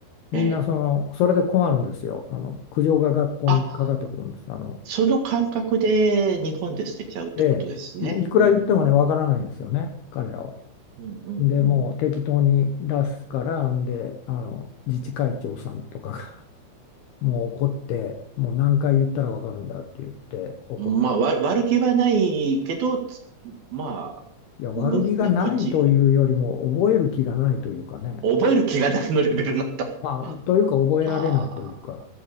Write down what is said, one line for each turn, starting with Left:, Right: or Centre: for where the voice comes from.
Left: みんなその、
Right: ええ。
Left: それで困るんですよ。あの、苦情が学校にかかってくるんです。
Right: あ、
Left: あの、
Right: その感覚で日本で捨てちゃうってことですね。
Left: ええ、もういくら言ってもね、
Right: うん、うん、
Left: わからないんですよね、彼らは。
Right: うん、
Left: で、
Right: うん、
Left: もう適当に出すから、んで、あの、自治会長さんとかが <laughs>、もう怒って、もう何回言ったらわかるんだって言って怒って。
Right: うん。まあ、わ、悪気はないけど、つまあ、
Left: いや、悪気がないというよりも、
Right: む、ね、こっち、
Left: 覚える気がないというかね。
Right: 覚える気がないのレベルになった。
Left: うんまあ、
Right: あ
Left: というか、覚えられないというか、
Right: あ、あ